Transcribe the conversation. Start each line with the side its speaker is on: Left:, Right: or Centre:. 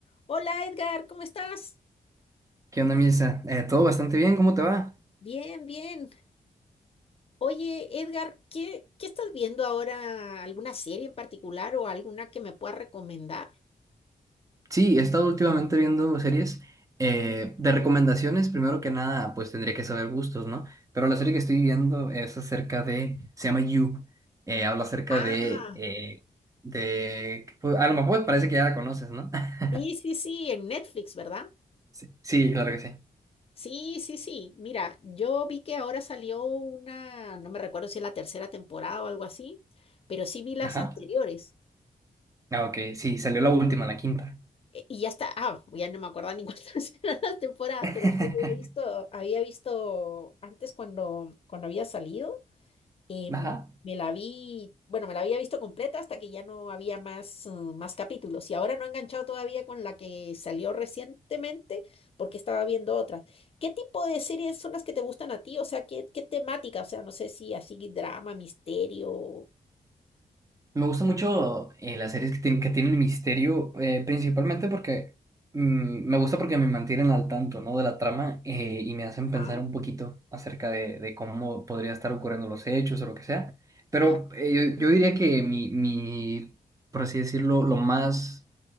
Left: Hola Edgar, ¿cómo estás?
Right: ¿Qué onda, Misa? Eh, todo bastante bien, ¿cómo te va?
Left: Bien, bien. Oye Edgar, ¿qué, qué estás viendo ahora? ¿Alguna serie en particular o alguna que me puedas recomendar?
Right: Sí, he estado últimamente viendo series eh, de recomendaciones. Primero que nada, pues tendría que saber gustos, ¿no? Pero la serie que estoy viendo es acerca de, se llama You. Eh, habla acerca
Left: Ah,
Right: de, eh, de, pues, a lo mejor parece que ya la conoces, ¿no? <laughs>
Left: sí, sí, sí, en Netflix, ¿verdad?
Right: Sí, sí, claro que sí.
Left: Sí, sí, sí. Mira, yo vi que ahora salió una, no me recuerdo si es la tercera temporada o algo así, pero sí vi las
Right: Ajá.
Left: anteriores.
Right: Ah, ok, sí, salió la última, la quinta.
Left: E- Y ya está, ah, ya no me acuerdo ni cuántas <laughs> eran las temporadas,
Right: <laughs>
Left: pero sí he visto, había visto antes cuando, cuando había salido. Em,
Right: Ajá.
Left: me la vi, bueno, me la había visto completa hasta que ya no había más, eh, más capítulos y ahora no he enganchado todavía con la que salió recientemente porque estaba viendo otras. ¿Qué tipo de series son las que te gustan a ti? O sea, ¿qué, qué temática? O sea, no sé si así drama, misterio.
Right: Me gusta mucho eh, las series que, tienen que tienen misterio, eh, principalmente porque mm, me gusta porque me mantienen al tanto, ¿no? de la trama eh, y me hacen pensar
Left: Ah,
Right: un poquito acerca de, de cómo podría estar ocurriendo los hechos o lo que sea. Pero
Left: ajá.
Right: eh, yo, yo diría que mi, mi, por así decirlo, lo más,